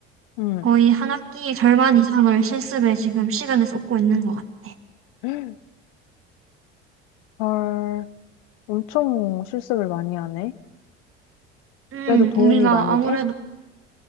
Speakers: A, on the left; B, on the right.
A: 응.
B: 거의 한 학기의 절반 이상을 실습에 지금 시간을 쏟고 있는 것 같아.
A: <gasps> 헐, 엄청 실습을 많이 하네.
B: 음,
A: 그래도 도움이
B: 우리가
A: 많이
B: 아무래도
A: 돼?